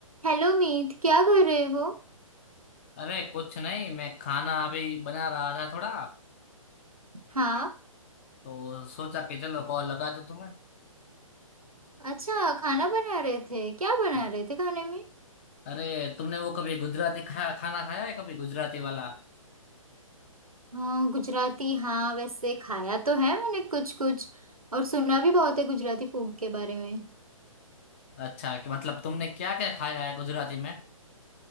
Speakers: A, on the right (about 85°); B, on the left (about 20°).
A: Hello Meet क्या कर रहे हो
B: अरे कुछ नहीं मैं खाना अभी बना रहा था थोड़ा
A: हाँ
B: तो सोचा कि चलो कॉल लगा दूं तुम्हें
A: अच्छा खाना बना रहे थे क्या बना
B: हाँ।
A: रहे थे खाने में
B: अरे तुमने वो कभी गुजराती खाया खाना खाया है कभी गुजराती वाला
A: हाँ गुजराती हाँ वैसे खाया तो है मैंने कुछ कुछ और सुना भी बहुत है गुजराती फूड के बारे में
B: अच्छा कि मतलब तुमने क्या क्या खाया है गुजराती में